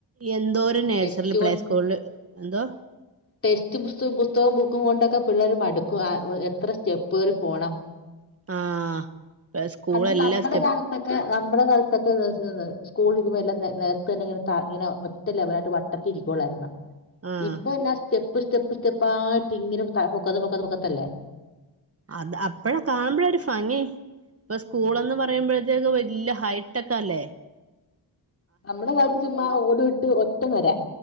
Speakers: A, on the right; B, on the left.
A: എന്തോ ഒരു നേഴ്സറി
B: ടെസ്റ്റ്
A: പ്ലേ സ്കൂളിൽ എന്തോ?
B: ടെക്സ്റ്റ്സ് പുസ്തകവും ബുക്കും കൊണ്ടൊക്കെ പിള്ളേർ മടുക്കും എത്ര സ്റ്റെപ്പ് കേറി പോണം.
A: <inaudible> ആഹ് സ്കൂൾ
B: അ ത്
A: എല്ലാ
B: നമ്മളെ
A: സ്റ്റെപ്പ്
B: കാലത്ത്. ളൊക്കെ നമ്മുടെ കാലത്തൊക്കെ ത് ത് ഇങ്ങനെ. ഒറ്റ ലെവലായിട്ട് വട്ടത്തിരിക്കള്ളായിുന്ന
A: ആഹ്
B: ഇപ്പൊ എന്നാ സ്റ്റെപ്പ് സ്റ്റെപ്പ് സ്റ്റെപ്പ് ആയിട്ട ഇങ്ങനെ പൊക്കത്ത് പൊക്കത്ത് പൊക്കത്തല്ലേ
A: അത് അപ്പഴാ കാണുമ്പോഴ ഒരു ഭങ്ങേ ഇപ്പൊ സ്കൂൾന്ന്
B: ആഹ്
A: പറയുമ്പോഴ അക്കെ വലിയ ഹൈടെക്കല്ലേ
B: നമ്മുടെ കാലത്ത് ചുമ്മാ ഓട്വിട്ട് ഒറ്റ വരാ